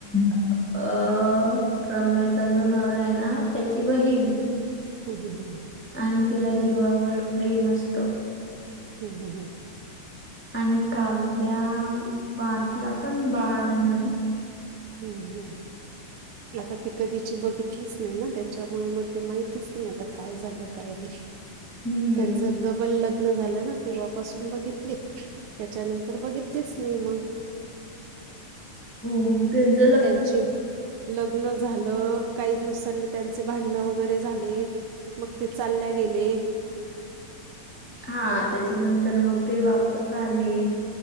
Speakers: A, in the centre; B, on the right (about 75°).
A: - अं रम्याचा जो नवरा आहे नां त्याची बहीण.
B: हुं हुं ह-
A: आणि तिला जीवावर प्रेम असत.
B: हुं हुंहुं
A: आणि काव्या पार्थ ला पण बाळ होणारेय.
B: हुं हुं आता ती कधी- ची बघितलीच नाही ना, त्याच्यामुळे मग ते माहितीच नाही आता काय झालं काय नाही.
A: हुं
B: त्यांच डबल लग्न झालं ना तेव्हापासून बघितली. त्याच्यानंतर बघितलीच नायी मग!
A: हों तेंच-
B: त्यांची लग्न झालं काही दिवसांनी- त्यांचे भांडण वगैरे झाले, मग ते चालल्या गेले.
A: हां त्याच्यानं- तर मग ते वापस आले,